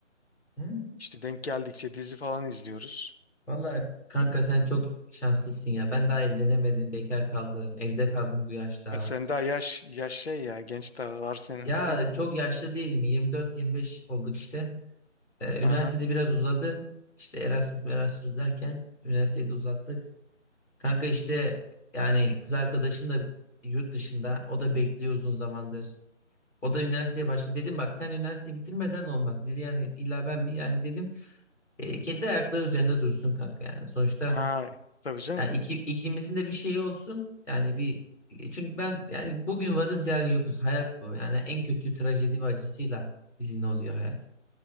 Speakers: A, on the left; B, on the left.
A: Hı.
B: İşte denk geldikçe dizi falan izliyoruz.
A: Vallahi kanka sen çok şanslısın ya. Ben daha evlenemedim, bekar kaldım, evde kaldım bu yaşta.
B: E sen daha yaş yaş şey ya genç daha var senin.
A: Ya çok yaşlı değilim. 24-25 olduk işte. Ee,
B: <laughs>
A: üniversitede
B: Aha.
A: biraz uzadı. İşte Erasmus Erasmus derken üniversiteyi de uzattık. Kanka işte yani kız arkadaşım da yurt dışında. O da bekliyor uzun zamandır. O da üniversiteye başladı. Dedim bak sen üniversiteyi bitirmeden olmaz dedi. Yani illa ben mi? Yani dedim e, kendi ayakları üzerinde dursun kanka yani. Sonuçta
B: Ay. Tabii canım.
A: Yani iki, ikimizin de bir şeyi olsun. Yani bir çünkü ben yani bugün varız yarın yokuz. Hayat bu. Yani en kötü trajedi ve acısıyla bizimle oluyor hayat.